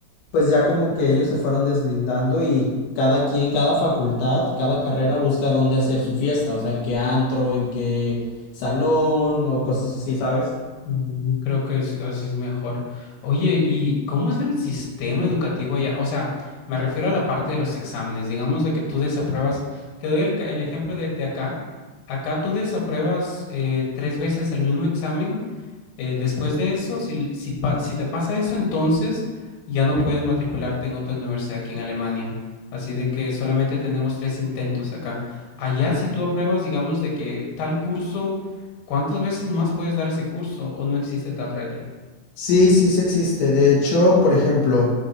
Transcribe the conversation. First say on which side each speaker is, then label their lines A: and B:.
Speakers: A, on the left; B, on the left.
A: pues ya como que ellos se fueron deslindando y cada quien, cada facultad, cada carrera busca dónde hacer su fiesta, o sea, en qué antro, en qué salón o cosas así, ¿sabes?
B: mm, creo que es- así es mejor. Oye, ¿y cómo es el sistema educativo allá? O sea, me refiero a la parte de los exámenes. Digamos de que tú desapruebas. Te doy el, ca- el ejemplo de, de acá. Acá tú desapruebas eh, tres veces el mismo examen Eh, después de eso, si, si, pa- si te pasa eso, entonces ya no puedes matricularte en otra universidad aquí en Alemania. Así de que solamente tenemos tres intentos acá. Allá, si tú apruebas, digamos, de que tal curso, ¿cuántas veces más puedes dar ese curso o no existe tal regla?
A: Sí, sí, sí existe. De hecho, por ejemplo,